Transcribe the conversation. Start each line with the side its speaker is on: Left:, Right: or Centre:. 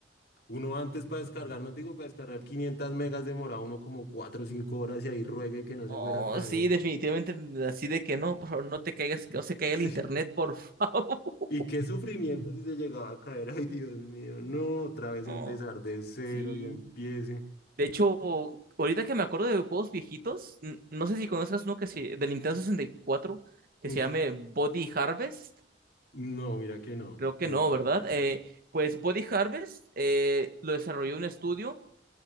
Left: uno antes para descargar, no te digo para descargar 500 megas demoraba uno como 4 o 5 horas y ahí ruegue que no se
Right: Oh,
Left: fuera a caer.
Right: sí, definitivamente,
Left: <laughs>
Right: mm, así de que no, por favor, no te caigas, que no se caiga
Left: Sí.
Right: el internet, por favor. <laughs>
Left: Y qué sufrimiento si se llegaba a caer. Ay, Dios mío, no, otra vez
Right: No,
Left: empezar de cero
Right: sí.
Left: y empiece.
Right: De hecho, ahorita que me acuerdo de juegos viejitos, n- no sé si conozcas uno que se, del Nintendo 64 que
Left: Uf,
Right: se llame Body Harvest.
Left: no, mira que no.
Right: Creo que
Left: Voy
Right: no,
Left: a dejarlo.
Right: ¿verdad?
Left: en mute.
Right: Eh, pues Body Harvest eh, lo desarrolló un estudio